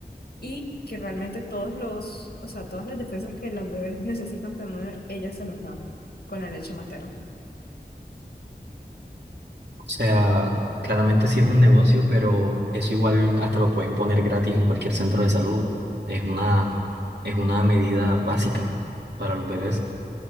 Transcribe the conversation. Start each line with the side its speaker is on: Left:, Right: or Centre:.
Left: y que realmente todos los, o sea, todas las defensas que los bebés necesitan tener, ella se los da con la leche materna.
Right: O sea, claramente sí es un negocio, pero eso igual hasta lo pueden poner gratis en cualquier centro de salud. Es una, es una medida básica para los bebés.